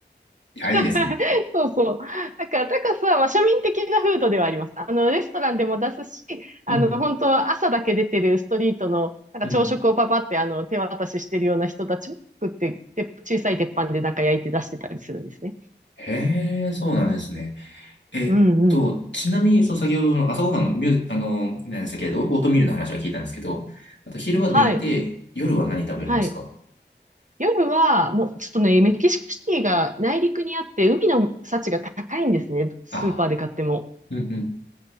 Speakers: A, on the left (about 75°); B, on the right (about 45°).
A: いや、
B: <laughs>
A: いいですね。
B: そうそう。だからタカスは、まあ、庶民的なフードではあります。あの、レストランでも出すし、あの、
A: うんうん。
B: 本当は朝だけ出てるストリートの、なんか朝食をパパって、
A: うん
B: あの、手渡ししてるような人たちも作って、で、小さい鉄板でなんか焼いて出してたりするんですね。
A: へえ、そうなんですね。えっと、
B: うんうん。
A: ちなみに、その先ほどの朝ごはんのミュー、あの、何でしたっけ、オオートミールの話は聞いたんですけど、あと昼は抜いて、
B: はい。
A: 夜は何食べるんですか
B: はい。夜は、もう、ちょっとね、メキシコシティが内陸にあって、海の幸が高いんですね。スーパーで買っても。
A: ああー、うんうん、